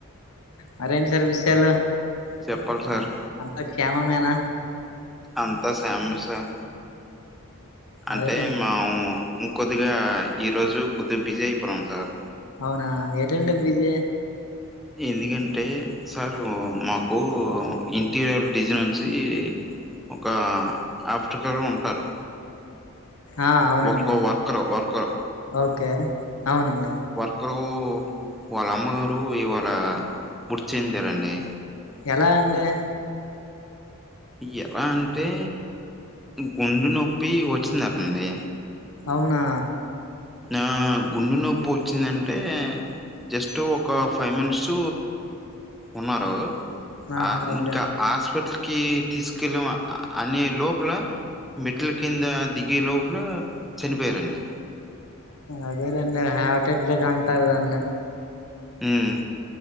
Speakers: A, on the left; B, in the centre.
A: మరేంటి సార్ విషయాలు
B: చెప్పాలి సార్
A: అంతా క్షేమమేనా
B: అంతా క్షేమమే సార్
A: మరేటండి
B: అంటే మాము ఇంకొద్దిగా ఈరోజు కొద్దిగా బిజీ అయిపోయినం సార్
A: అవునా ఏటండి బిజి
B: ఎందుకంటే సారు మాకు ఇంటీరియర్ డిజైన్ నుంచి ఒక ఆఫటికల్గా ఉంటారు
A: ఆ అవునండి
B: ఒక వర్కరు వర్కరు
A: ఓకే అవునండి
B: ఇక్కరు వాళ్ళ అమ్మగారు ఇవాళ మృతి చెందారండి
A: ఎలా అండి
B: ఎలా అంటే గుండె నొప్పి వచ్చిందటండి
A: అవునా
B: ఆ గుండు నొప్పి వచ్చిందంటే జస్ట్ ఒక ఫైవ్ మినిట్స్ ఉన్నారు
A: ఆహా
B: ఆ
A: ఓకే
B: ఇంకా హాస్పిటల్కిి తీసుకెళ్ళం అనే లోపల మెట్ల కింద దిగే లోపల చనిపోయారండి
A: అదే లేండి హార్ట్ అటెక్ అంటారు దాన్ని
B: మ్మ్